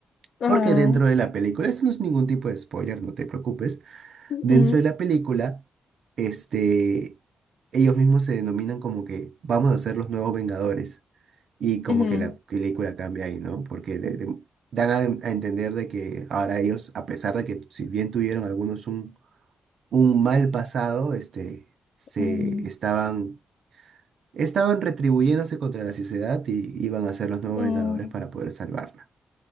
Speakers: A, on the left (about 80°); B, on the right (about 75°).
A: Ajá.
B: porque dentro de la película, eso no es ningún tipo de spoiler, no te preocupes
A: Mm,
B: Dentro de la película, este, ellos mismos se denominan como que vamos a ser los nuevos Vengadores. Y como
A: ujú,
B: que la película cambia ahí, ¿no? Porque de- de- dan a, a entender de que ahora ellos, a pesar de que si bien tuvieron algunos un, un mal pasado, este, se
A: mm,
B: estaban, estaban retribuyéndose contra la sociedad y iban a ser los nuevos
A: mm,
B: Vengadores para poder salvarla.